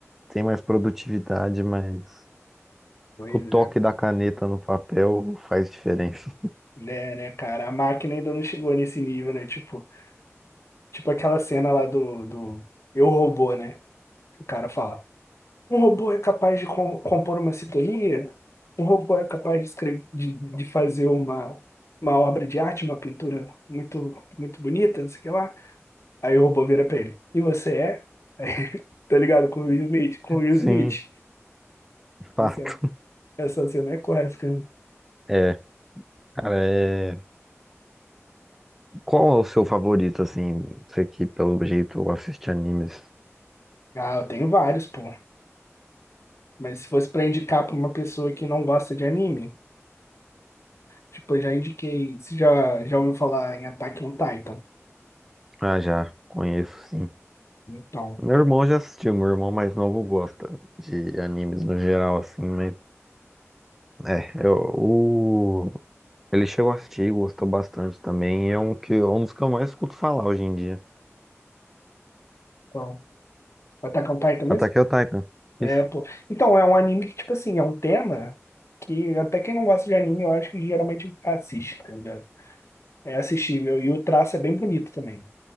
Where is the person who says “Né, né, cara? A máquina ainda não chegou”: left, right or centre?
Left